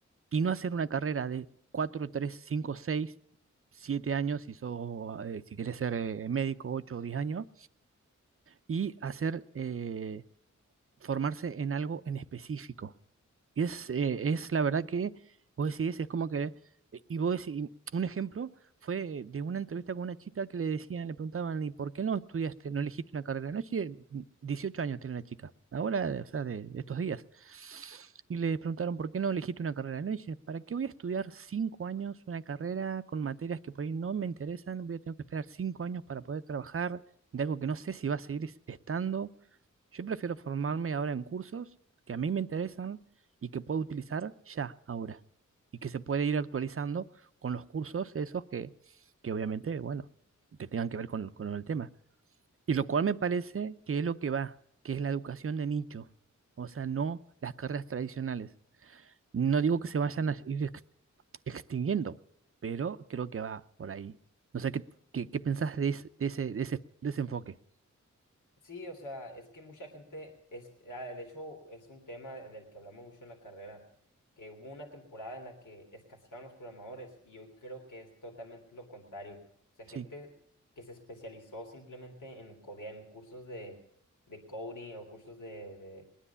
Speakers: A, on the right (about 45°); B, on the left (about 80°).
A: y no hacer una carrera de 4, 3, 5, 6, 7 años, si, sos, eh, si querés ser eh, médico, 8 o 10 años, y hacer, eh, formarse en algo en específico. Y es, eh, es la verdad que vos decís, es como que, eh, y vos decís, un ejemplo fue de una entrevista con una chica que le decían, le preguntaban, ¿y por qué no estudiaste, no elegiste una carrera? No, sí, 18 años tiene la chica, ahora, o sea, de, de estos días. Y le preguntaron, ¿por qué no elegiste una carrera? No, dice, ¿para qué voy a estudiar cinco años una carrera con materias que por ahí no me interesan? Voy a tener que esperar cinco años para poder trabajar de algo que no sé si va a seguir es- estando. Yo prefiero formarme ahora en cursos que a mí me interesan y que puedo utilizar ya, ahora, y que se puede ir actualizando con los cursos esos que, que obviamente, bueno, que tengan que ver con, con el tema. Y lo cual me parece que es lo que va, que es la educación de nicho, o sea, no las carreras tradicionales. No digo que se vayan a ir ex- extinguiendo, pero creo que va por ahí. No sé qué, qué, qué pensás de, ese, de ese, de ese de ese enfoque.
B: Sí, o sea, es que mucha gente es, ah, de hecho, es un tema de- del que hablamos mucho en la carrera, que hubo una temporada en la que escaseaban los programadores y hoy creo que es totalmente lo contrario. O sea, gente
A: Sí,
B: que se especializó simplemente en codear, en cursos de, de coding o cursos de, de,